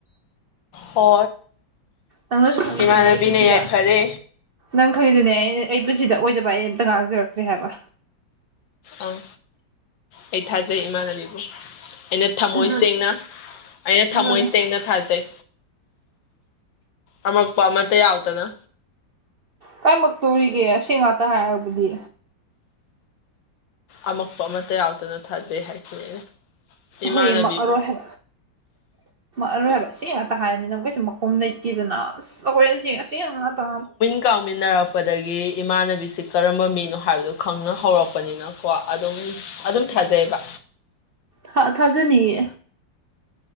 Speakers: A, on the left (about 80°); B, on the right (about 80°).
A: ꯍ
B: ꯅꯪꯅꯁꯨ ꯈꯪꯉꯤꯗꯨꯅꯦ
A: ꯏꯃꯥꯟꯅꯕꯤꯅ
B: ꯑꯩ ꯄꯨꯟꯁꯤꯗ
A: ꯌꯥꯏꯐꯔꯦ
B: ꯅꯪ ꯈꯪꯉꯤꯗꯨꯅꯦ ꯑꯩ ꯑꯩ ꯄꯨꯟꯁꯤꯗ ꯑꯣꯏꯗꯕ ꯑꯩ ꯑꯝꯇ ꯉꯥꯡꯖꯔꯛꯇ꯭ꯔꯦ ꯍꯥꯏꯕ
A: ꯑꯪ ꯑꯩ ꯊꯥꯖꯩ ꯏꯃꯥꯟꯅꯕꯤꯕꯨ ꯑꯩꯅ ꯊꯝꯃꯣꯏ
B: ꯑꯗꯨꯅꯤ
A: ꯁꯦꯡꯅ ꯑꯩꯅ
B: ꯑꯗꯨꯅꯤ
A: ꯊꯝꯃꯣꯏ ꯁꯦꯡꯅ ꯊꯥꯖꯩ ꯑꯃꯃꯛꯄ ꯃ ꯌꯥꯎ ꯇꯗ
B: ꯀꯔꯤꯃꯛꯇꯧꯔꯤꯒꯦ ꯑꯁꯦꯡ ꯉꯥꯛꯇ ꯍꯥꯏꯔꯕꯗꯤ
A: ꯑꯃꯛꯄ ꯑꯃꯠꯇ ꯌꯥꯎꯗꯅ ꯊꯥꯖꯩ ꯍꯥꯏꯁꯤꯅꯤ ꯑꯩꯅ ꯏꯃꯥꯟꯅꯕꯤꯕꯨ
B: ꯍꯣꯏꯌꯦ ꯑꯔꯣꯏ ꯍꯥꯏ ꯑꯔꯣꯏ ꯍꯥꯏꯕ ꯁꯤ ꯉꯥꯛꯇ ꯍꯥꯏꯔꯅꯤꯅ ꯃꯈꯣꯏꯁꯨ ꯃꯀꯨꯝ ꯂꯩꯇꯦꯗꯅ ꯑꯁ ꯁꯒꯁꯤꯦ ꯑꯁꯤ ꯑꯍ ꯇ
A: ꯀꯥꯎꯃꯤꯟꯅꯔꯛꯄꯗꯒꯤ ꯏꯃꯥꯟꯅꯕꯤꯁꯤ ꯀꯔꯝꯕ ꯃꯤꯅꯣ ꯍꯥꯏꯕꯗꯨ ꯈꯪꯅ ꯍꯧꯔꯛꯄꯅꯤꯅ ꯀꯣ ꯑꯗꯨꯝ ꯑꯗꯨꯝ ꯊꯥꯖꯩꯑꯕ
B: ꯊ ꯊꯥꯖꯅꯤꯌꯦ